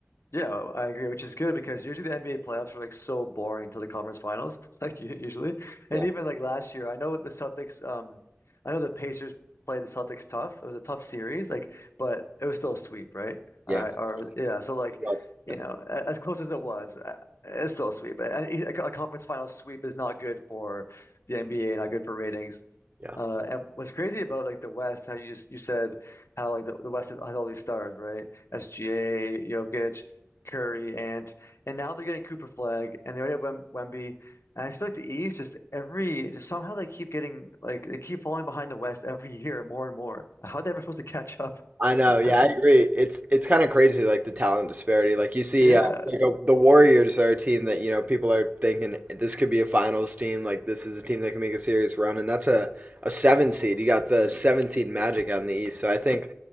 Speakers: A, on the left; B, on the right.
A: Yeah, I agree, which is good because usually the NBA playoffs are like so boring till the conference finals, <laughs> like u- usually. And
B: Yeah,
A: even like last year, I know the Celtics, um, I know the Pacers played the Celtics tough. It was a tough series, like, but it was still a sweep, right?
B: yeah,
A: Uh, or yeah, so like,
B: it was.
A: you
B: yeah,
A: know, a- as close as it was, uh, it's still a sweep. A, a a conference final sweep is not good for the NBA, not good for ratings.
B: yeah.
A: Uh, and what's crazy about like the West, how you just you said how like the, the West has all these stars, right? SGA, Jokic, Curry, Ant, and now they're getting Cooper Flag, and they already have Wem Wemby. And I just feel like the East just every just somehow they keep getting like they keep falling behind the West every year more and more. How are they ever supposed to catch up?
B: I know. Yeah,
A: <laughs>
B: I agree. It's it's kind of crazy, like the talent disparity. Like you see,
A: Yeah,
B: uh, like uh, the Warriors are a team that you know people are thinking this could be a finals team. Like this is a team that can make a serious run, and that's a a seven seed. You got the seven seed Magic out in the East. So I think